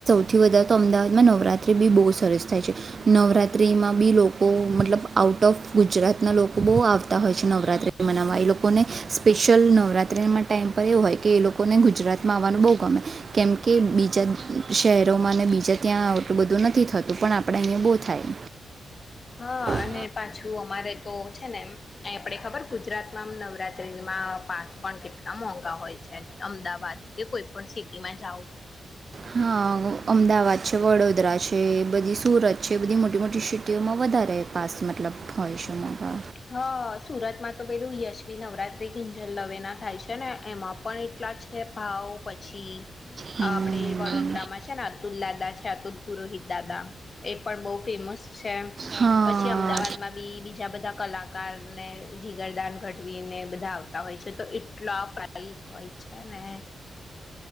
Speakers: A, on the right; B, on the left.
A: સૌથી વધારે તો અમદાવાદમાં નવરાત્રિ બી બહુ સરસ થાય છે નવરાત્રિમાં બી લોકો મતલબ આઉટ ઓફ ગુજરાતના લોકો બહુ આવતા હોય છે નવરાત્રિ મનાવવા એ લોકોને સ્પેશિયલ નવરાત્રિના ટાઈમ પર એવું હોય કે એ લોકો લોકોને ગુજરાતમાં મને બોહ ગમે કેમ કે બીજા શહેરોમાં ને બીજા ત્યાં ઓટલુ બધું નથી થતું પણ આપણે અન્ય બહુ થાય
B: હા
A: હમ
B: અને પાછું અમારે તો છે ને એમ એ આપણે ખબર ગુજરાતમાંમ નવરાત્રિમાં પાસ પણ કેટલા મોંઘા હોય છે અમદાવાદ કે કોઈ પણ સિટીમાં જાઓ
A: હા અમદાવાદ છે વડોદરા છે પછી સુરત છે બધી મોટી મોટી સિટીઓમાં વધારે પાસ મતલબ હોય છે એ
B: હા સુરતમાં તો પેલું યશ્વી નવરાત્રી કિંજલ દવેના થાય છે ને એમાં પણ એટલા છે ભાવ પછી
A: હમ
B: આપડે વડોદરામાં છે ને અતુલ દાદા છે અતુલ પુરોહિત દાદા એ પણ બહ ફેમસ છે
A: હા
B: પછી અમદાવાદમાં બી બીજા બધા <unintelligible> ને જીગરદાન ઘડવીને બધા આવતા હોય છે તો એટલા પ્રઇઝ હોય છે ને